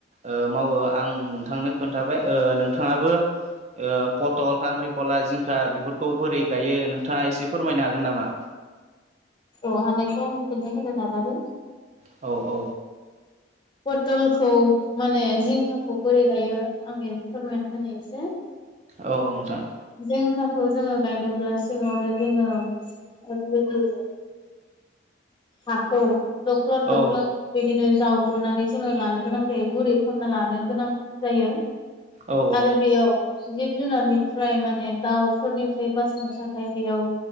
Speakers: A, on the right; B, on the left.
A: ओ मावो आं नोंथांनो खोन्थाबाय ओ नोंथाङाबो ओ पटल कांक्रिकला जिंखा बेफोरखौ बोरै गायो नोंथाङा एसे फोरमायनो हागोन नामा।
B: औ हानायखौ आं फिन्नाय होनो नाजागोन।
A: औ औ
B: पटलखौ माने जिंखाखौ बोरै गायो आं एसे फोरमायना होनि एसेे।
A: औ नोंथां।
B: जिंखाखौ जोङो गायनोब्ला सिगाङावनो जोङो ओरैबायदि हाखौ दख्लद दख्लद
A: औ
B: बिदिनो जावग्रोनानै जोङो लानो गोनां जायो गुरै खामना लानो गोनां जायो।
A: औ
B: आरो बेयाव जिब जुनारनिफ्राय माने दाउफोरनिफ्राय बासायनो थाखाय बेयाव